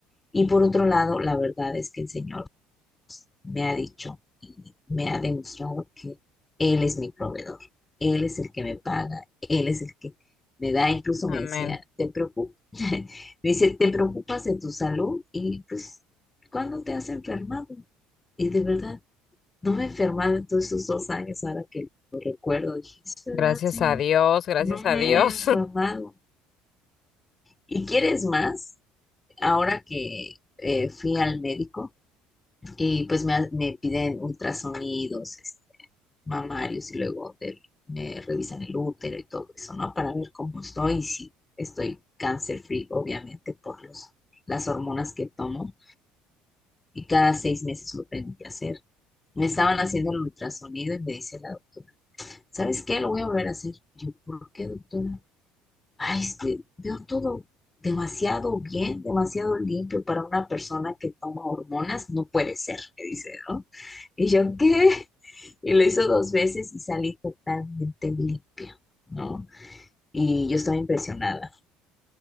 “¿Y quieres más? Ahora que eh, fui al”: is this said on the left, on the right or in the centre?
Left